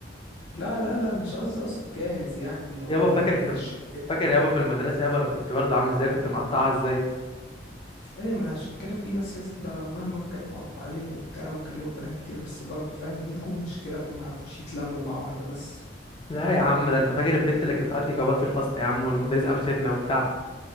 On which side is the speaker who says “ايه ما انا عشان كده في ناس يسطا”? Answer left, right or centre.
Left